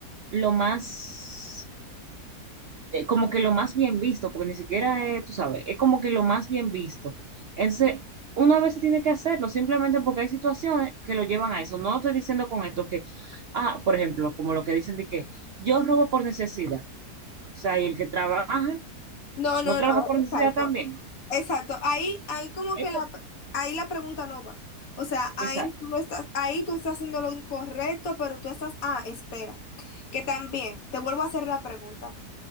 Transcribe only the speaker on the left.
No, no,
no,
exacto.
Exacto. Ahí, ahí como
que la,
ahí la pregunta no va. O sea, ahí
tú no estás, ahí tú estás haciendo lo incorrecto, pero tú estás, ah, espera, que también, te vuelvo a hacer la pregunta.